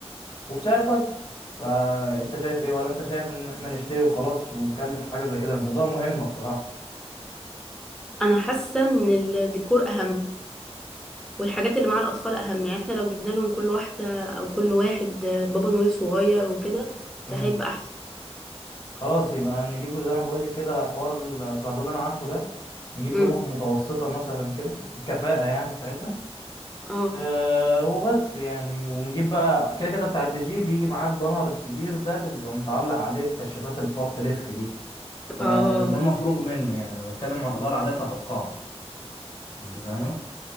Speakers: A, on the left; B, in the centre.
A: وبسعر كويس فانت شايف ايه ولا انت شايف ان احنا نشتري وخلاص ونكلف في حاجه زي كده لان ده مهمه بصراحه
B: انا حاسة ان الديكور اهم والحاجات اللي مع الأطفال أهم يعني احنا لو جبنا لهم كل واحدة أو كل واحد آه، بابا نويل صغير وكده
A: امم
B: ده هيبقى أحسن
A: خلاص يبقى هنجيب له زي ما بقول لك كده حوار الكربون اللي انا عارفه ده نجيب
B: امم
A: لمبة متوسطه مثلا كده الكفاءه يعني بتاعتها
B: اه
A: أه وبس يعني ونجيب بقى كده كده بتاع الدي جي بيجي معاه البانر الكبير ده اللي بيبقى متعلق عليه الكشافات اللي بتقعد تلف دي فده
B: اه
A: مفروغ منه يعني انا بتكلم على الاضاءه العاديه بتاعت القاعه انت فاهمه